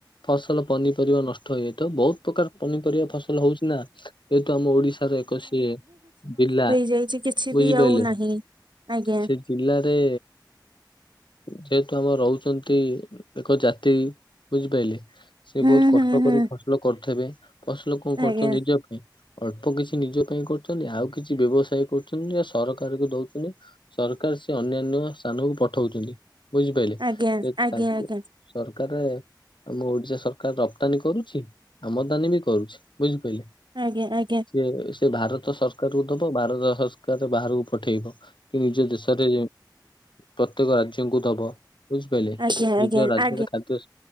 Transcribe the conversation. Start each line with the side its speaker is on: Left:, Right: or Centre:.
Left: ଫସଲ ପନିପରିବା ନଷ୍ଟ ହେଇଯାଥିବ ବହୁତ୍ ପ୍ରକାର ପନିପରିବା ଫସଲ ହଉଚିନା ଯେହେତୁ ଆମ ଓଡିଶାର ଏକ ସିଏ ଜିଲ୍ଲା
Right: ଯାଉଚି କିଛି
Left: ବୁଝିପାରିଲେ
Right: ବି ଆଉ ନାହିଁ ଆଜ୍ଞା
Left: ସେଜିଲ୍ଲାରେ ଯେହେତୁ ଆମର ରହୁଚନ୍ତି ଏକ ଜାତି ବୁଝିପାରିଲେ। ସେବହୁତ୍
Right: ହୁଁ
Left: କଷ୍ଟ
Right: ହୁଁ ହୁଁ
Left: କରି ଫସଲ କରୁଥିବେ ଫସଲ କଁ କରୁଚନ୍ତି
Right: ଆଜ୍ଞା
Left: ନିଜ ଅଳ୍ପ କିଛି ନିଜ ପାଇଁ କରୁଚନ୍ତି ଆଉ କିଛି ବ୍ୟବସାୟ କରୁ <unintelligible> ସରକାରକୁ ଦଉଚନ୍ତି ସରକାର ସେଅନ୍ୟାନ୍ୟ ସ୍ଥାନକୁ ପଠଉଚନ୍ତି। ବୁଝିପାରିଲେ
Right: ଆଜ୍ଞା
Left: ଯେତାଙ୍କୁ
Right: ଆଜ୍ଞା ଆଜ୍ଞା
Left: ସରକାରରେ ଆମ ଓଡ଼ିଶା ସରକାର ରକ୍ତାନୀ କରୁଚି ଆମଦାନୀବି କରୁଚି ବୁଝିପିରିଲେ।
Right: ଆଜ୍ଞା ଆଜ୍ଞା।
Left: ଏ ସେଭାରତ ସରକାରକୁ ଦବ ଭାରତ ସରକାର ବାହାରକୁ ପଠେଇବ କିନିଜ ଦେଶରେ ପ୍ରତ୍ୟେକ ରାଜ୍ୟଙ୍କୁ ଦବ ବୁଝିପାରିଲେ।
Right: ଆଜ୍ଞା ଆଜ୍ଞା
Left: ନିଜ ରାଜ୍ୟରେ
Right: ଆଜ୍ଞା
Left: ଖାଦ୍ୟ